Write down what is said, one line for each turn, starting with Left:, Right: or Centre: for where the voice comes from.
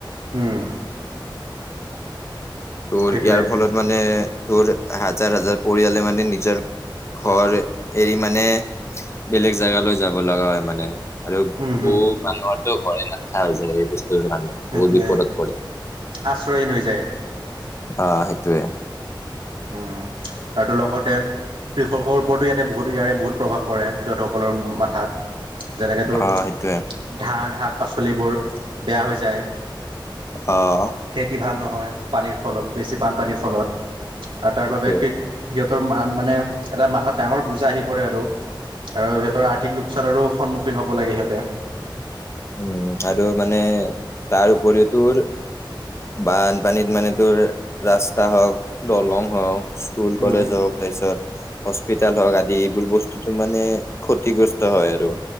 Right: উম'।
Left: তোৰ
Right: সেইটোৱে
Left: ইয়াৰ ফলত মানে তোৰ হাজাৰ হাজাৰ পৰিয়ালে মানে নিজৰ। ঘৰ এৰি মানে বেলেগ জেগালৈ যাব লগা হয় মানে। আৰু
Right: উম হম
Left: বহু মানুহৰো ঘৰে নাথখা হৈ যায় সেই বস্তু বহু
Right: সেইটোৱে
Left: বিপদত পৰে।
Right: আশ্ৰয়হীন হৈ যায়
Left: অ' সেইটোৱে।
Right: উম আৰু লগতে কৃষকৰ ওপৰতো ইয়াতে বহুত ইয়াৰে বহুত প্ৰভাৱ পৰে সিহঁতসকলৰ মাথাত। যেনেক তোৰ
Left: অ', সেইটোয়ে
Right: ধান, শাক-পাচলিবোৰ বেয়া হৈ যায়।
Left: অহ।
Right: খেতি ভাল নহয় পানীৰ ফলত বেছি বানপানীৰ ফলত আৰু তাৰ
Left: সেইটোয়ে
Right: বাবে খেতি মানে এটা মাথাত ডাঙৰ বুজা আহি পৰে আৰু আৰু সিহঁতৰ আৰ্থিক লোকচানৰো সন্মুখীন হ'ব লাগে সিহঁতে
Left: উম আৰু মানে তাৰ উপৰিও তোৰ বানপানীত মানে তোৰ ৰাস্তা হওক, দলং হওক। স্কুল,
Right: উম
Left: কলেজ হওঁক তাৰপিছত হস্পিতেল হওঁক আদি এইবোৰ বস্তুতো মানে ক্ষতিগ্ৰস্ত হয় আৰু